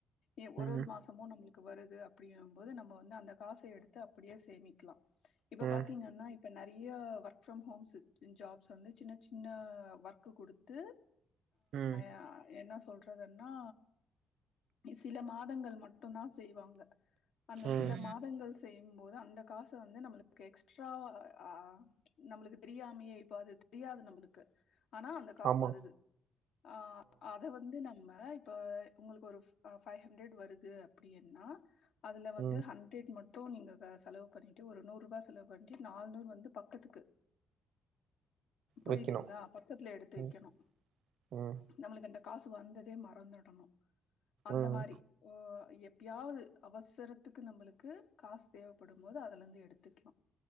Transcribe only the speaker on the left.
எ ஒரு
ஒரு மாஸ் தம்மு நம்ளுக்கு வருது அப்டிங்கு போது நம்ம வந்து அந்த காச எடுத்து அப்டியே சேமிக்லா இப்ப
பாத்தீங்கன்னா இப்ப நெறைய ஒர்க் ஃப்ரம் ஹோம்ஸ் ஜாப்ஸ் வந்து சின்ன சி ன்ன ஒர்க்கு குடுத்து
ஆ என்ன சொல்றதுன்னா சில மாதங்கள் மட்டு தா செய்வாங்க அந்த
சில மா தங்கள் செய்யு போது அந்த காச‌ வந்து நம்ளுக்கு எக்ஸ்ட்ராவா ஆ நம்ளுக்கு தெரியாமையே இப்ப அது தெரியாது நம்புளுக்கு ஆனா அந்த காசு
வருது ஆ அத் அத வந்து நம்ம இப்ப உங்களுக்கு ஒரு அ பைவ் ஹண்ட்ரட் வருது அப்டின்னா அதுல வந்து
ஹண் சேத்தி மட்டு நீங்க செலவு பண்ணிட்டு ஒரு நூறு ரூபா செலவு பண்ணிட்டு நால் நூறு வந்து பக்கத்துக்கு புரியிதுங்ளா
பக்கத்ல எடுத்து வெக்கனு
நம்ளுக்கு அந்த காசு வந்ததே மறந்துடனு அந்த
மாரி ஒ எப் யாவது அவசரத்துக்கு நம்பளுக்கு காசு தேவப்படும்போது அதுலந்து எடுத்துக்லா